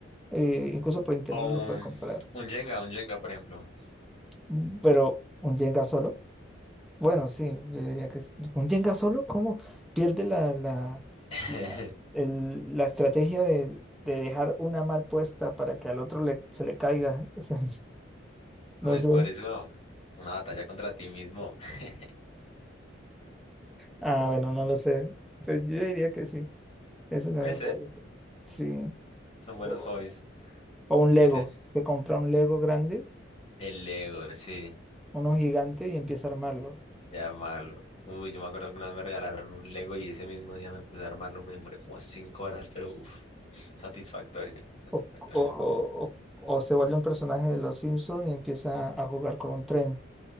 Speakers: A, in the centre; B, on the left (about 30°).
A: eh, incluso por internet
B: o un,
A: lo puede comprar.
B: un Jenga, un Jenga, por ejemplo.
A: Mm, Pero un Jenga solo. Bueno, sí, yo diría que es- un Jenga solo, ¿cómo pierde la, la,
B: <laughs>
A: la, el- la estrategia de, de dejar una mal puesta para que al otro le, se le caiga? <laughs> O sea,
B: Pues
A: No sé.
B: por eso, una batalla contra ti mismo. <laughs>
A: Ah, bueno, no lo sé. Pues yo diría que sí. Eso también
B: Puede ser,
A: puede ser. Sí.
B: son
A: O,
B: buenos hobbies.
A: o un Lego.
B: Entonces,
A: Se compra un Lego grande,
B: el Lego, sí,
A: uno gigante y empieza a armarlo.
B: llamarlo. Uy, yo me acuerdo alguna vez me regalaron un Lego y ese mismo día me puse a armarlo, me demoré como cinco horas, pero uff, satisfactorio, satisfactorio.
A: O, o, o, o se vuelve un personaje de los Simpsons y empieza a jugar con un tren